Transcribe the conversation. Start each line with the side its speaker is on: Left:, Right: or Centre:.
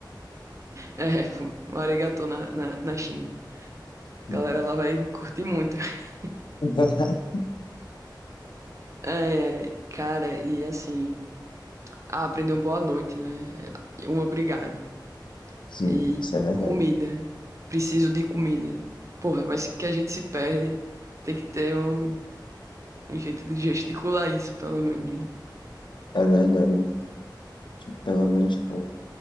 Right: É, pô, um arigatô na, na, na China.
Left: Sim,
Right: Galera, ela vai curtir muito. <laughs>
Left: <laughs>
Right: É, é, cara, e assim, ah, aprendeu boa noite, né? E Um obrigado.
Left: Sim,
Right: E
Left: isso é verdade.
Right: comida. Preciso de comida. Porra, vai ser que a gente se perde. Tem que ter um, um jeito de gesticular isso, pelo menos. né?
Left: É verdade. Tipo, Pelo menos, tipo,